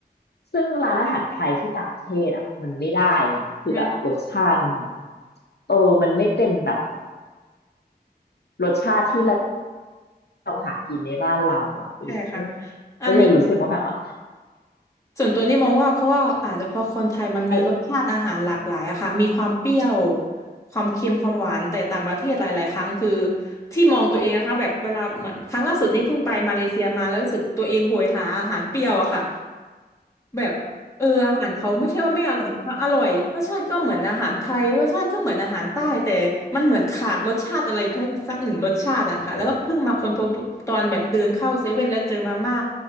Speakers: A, on the left (about 70°); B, on the left (about 15°).
A: ซึ่งร้านอาหารไทยที่ต่างประเทศอ่ะมันไม่ได้ไงคือแบบรสชาติมันแบบ
B: ไม่ได้
A: เออมันไม่เป็นแบบรสชาติที่เราหากินในบ้านเราอ่ะโอ้
B: ใช่ค่ะอันนี้
A: ก็เลยรู้สึกว่าแบบว่า
B: ส่วนตัวนี่มองว่าเพราะว่าอาจจะเพราะคนไทยมันมีรสชาติอาหารหลากหลายอะค่ะมีความเปรี้ยว
A: อะ
B: ความเค็มความหวานแต่ต่างประเทศหลายๆครั้งคือที่มองตัวเองนะคะแบบเวลาเหมือนครั้งล่าสุดนี้เพิ่งไปมาเลเซียมาแล้วรู้สึกตัวเองโหยหาอาหารเปรี้ยวอะค่ะ แบบเอออาหารเขาไม่ใช่ว่าไม่อร่อยนะคะอร่อยรสชาติก็เหมือนอาหารไทยรสชาติก็เหมือนอาหารใต้แต่มันเหมือนขาดรสชาติอะไรเพิ่มสักหนึ่งรสชาติอะค่ะแล้วก็เพิ่งมาค้นพบตอนแบบเดินเข้าเซเว่นแล้วเจอมาม่า